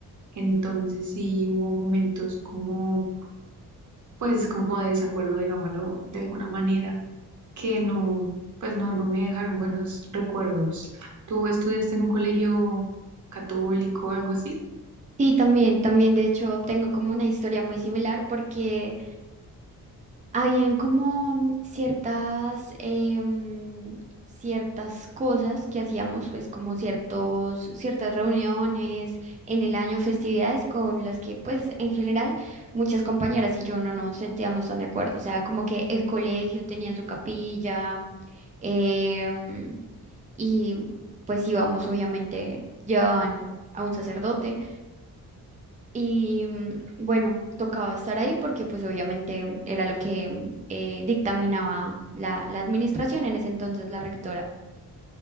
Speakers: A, on the right; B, on the right.
A: Entonces sí hubo momentos como, pues como de desacuerdo, digámoslo, de alguna manera, que no, pues no, no me dejaron buenos recuerdos. ¿Tú estudiaste en un colegio católico o algo así?
B: Sí, también, también, de hecho, tengo como una historia muy similar porque habían como ciertas, em, ciertas cosas que hacíamos, pues como ciertos, ciertas reuniones en el año, festividades con las que, pues, en general, muchas compañeras y yo no nos sentíamos tan de acuerdo. O sea, como que el colegio tenía su capilla, em, y pues íbamos, obviamente, llevaban a un sacerdote. Y mm, bueno, tocaba estar ahí porque pues obviamente era lo que mm, eh, dictaminaba la, la administración en ese entonces, la rectora.